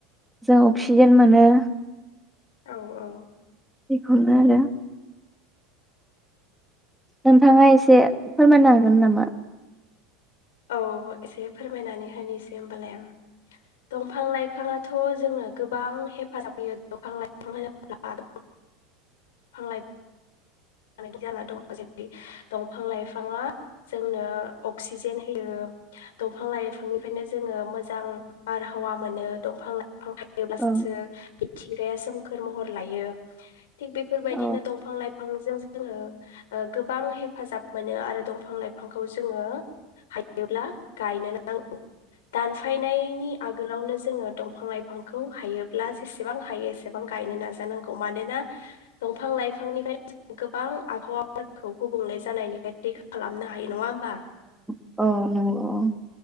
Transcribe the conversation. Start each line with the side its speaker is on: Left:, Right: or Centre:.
Centre: जों अक्सिजेन मोनो।
Left: औ औ
Centre: बेखौनो आरो नोंथाङा एसे फोरमायनो हागोन नामा?
Left: औ एसे फोरमायनानै होनोसै होमबालाय आं दंफां लाइफाङाथ जोंङो गोबां हेफाजाब होयो दंफां लाइफां होनोब्ला दंफां लाइफां <unintelligible> जाना दं जेरै दंफां लाइफाङा जोंनो अक्सिजेन होयो दंफां लाइफांनिफ्रायनो जोंङो मोजां बारहावा मोनो दंफां लाइफ खौ गायोब्लासो
Centre: औ
Left: मिथिंगाया सोमखोर महर लायो थिग बेफोरबायदिनो
Centre: औ
Left: दंफां लाइफांजों जोंङो ओ गोबां हेफाजाब मोनो आरो दंफां लाइफांखौ जोंङो हायोब्ला गायनो नांगौ। दानफायनायनि आगोलावनो ज जोंङो दंफां लाइफांखौ हायोब्ला जेसेबां हायो एसेबां गायनो नाजानांगौ मानोना दंफां लाइफांनिफ्राय गोबां आबहावाफोरखौ गुबुंले जानायनिफ्राय रैखा खालामनो हायो नंङा होम
Centre: औ औ नंगौ।